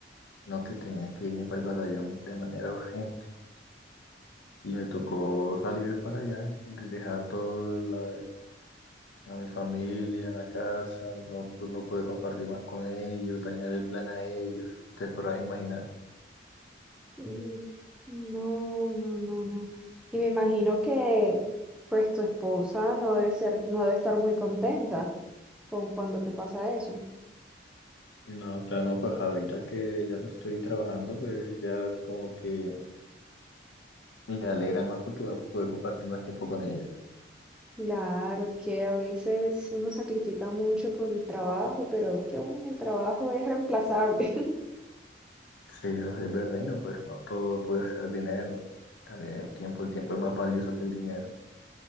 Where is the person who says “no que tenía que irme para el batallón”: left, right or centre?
Left